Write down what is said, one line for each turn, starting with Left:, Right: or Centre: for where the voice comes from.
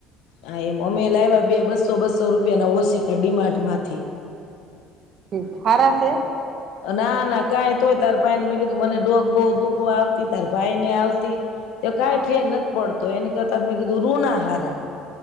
Left: હા એમ અમે લાવ્યા બે બસો બસો રૂપિયા ના ઓશિકા ડીમાર્ટ માંથી.
Right: ઠીક. <inaudible> છે.
Left: ના ના કઈ તો હોય તાર ભાઈને મેં કીધું મને ડોક બહ દુખવા આવતી તાર ભાઈ ને આવતી. તો કઈ
Right: હા
Left: ફેર ન પડત. તો એને કતા મે કધું રૂ ના હારા.